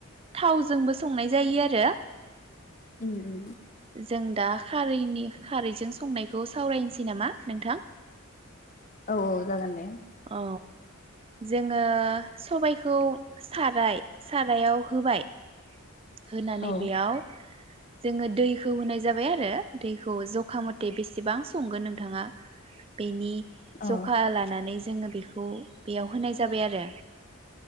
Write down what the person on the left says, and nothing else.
उम उम
औ औ जागोन दे।
औ
औ